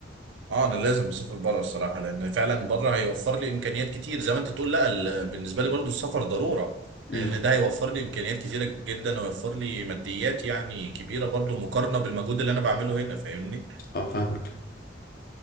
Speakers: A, on the right; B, on the left.
A: اه انا لازم اسافر بره الصراحه لان فعلا بره هيوفر لي امكانيات كتير زي ما انت تقول لا ال- بالنسبه لي برضو السفر ضروره
B: امم
A: لان ده هيوفر لي امكانيات كتيره جدا ويوفر لي ماديات يعني كبيره برضو مقارنه بالمجهود اللي انا بعمله هنا فاهمني
B: اه فاهمك